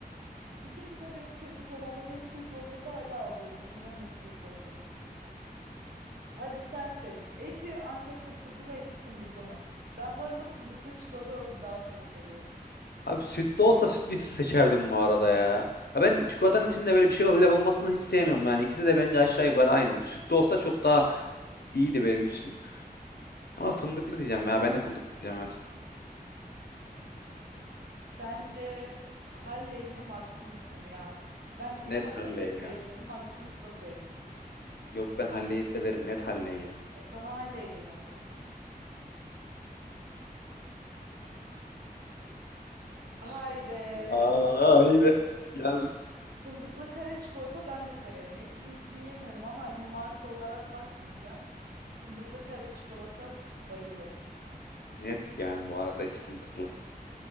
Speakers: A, on the right; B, on the left.
A: İkisi de benim çocukluğum ama Nesquik gofreti hala ağlıyorum. O yüzden Nesquik gofret. Hadi sen seç. Eti Antep fıstıklı mı eti fındıklı mı? Ben bu arada fındıklı çikolata daha çok seviyorum.
B: Abi sütlü olsa sütlüyü seçerdim bu arada ya. Ya ben çikolatanın içinde böyle bir şey şeyler olmasını hiç sevmiyorum yani. İkisi de bence aşağı yukarı aynı. Sütlü olsa çok daha iyiydi benim için. Ama fındıklı diyeceğim ya. Ben de fındıklı diyeceğim evet.
A: Sence Halley mi Maximus mu ya? Ben Halley'i
B: Net halle
A: de sevmiyorum,
B: ya.
A: Maximus da sevmiyorum.
B: Yok ben halleyi severim. Net halleyi ya.
A: E sana Halley'i de göndereceğim. Haydi.
B: Aa, yine.
A: Fındık,
B: Gel.
A: fındıklı kare çikolata ben de severim. Etininkini yemiyorum ama hani marka olarak bakmayacağım. Fındıklı kare çikolata bayılırım.
B: Net yani bu arada eti fındıklı.